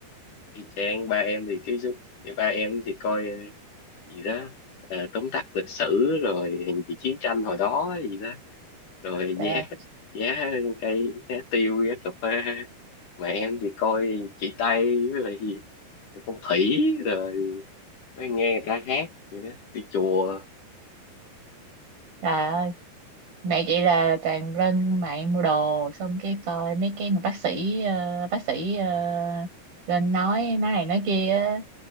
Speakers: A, on the left; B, on the right.
A: y chang ba em thì cái suốt cái ba em thì coi gì đó ờ, tóm tắt lịch sử rồi gì chiến tranh hồi đó gì đó rồi
B: trời
A: giá
B: ơi
A: giá cây giá tiêu giá cà phê mà em thì coi chị Tây với lại gì phong thủy rồi mới nghe người ta hát gì đó đi chùa
B: trời ơi mẹ chị là toàn lên mạng mua đồ xong cái coi mấy cái mà bác sĩ ờ, bác sĩ ờ, lên nói nói này nói kia á